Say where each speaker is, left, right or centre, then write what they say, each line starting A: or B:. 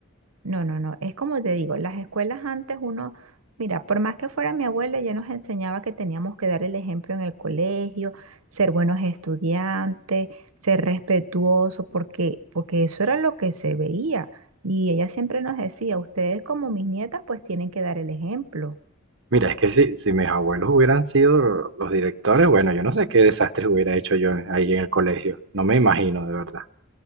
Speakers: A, on the right (about 85°); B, on the right (about 60°).
A: No, no, no. Es como te digo, las escuelas antes uno, mira, por más que fuera mi abuela, ella nos enseñaba que teníamos que dar el ejemplo en el colegio, ser buenos estudiantes, ser respetuosos, porque, porque eso era lo que se veía. Y ella siempre nos decía, ustedes como mis nietas, pues tienen que dar el ejemplo.
B: Mira, es que si, si mis abuelos hubieran sido los directores, bueno, yo no sé qué desastres hubiera hecho yo ahí en el colegio. No me imagino, de verdad.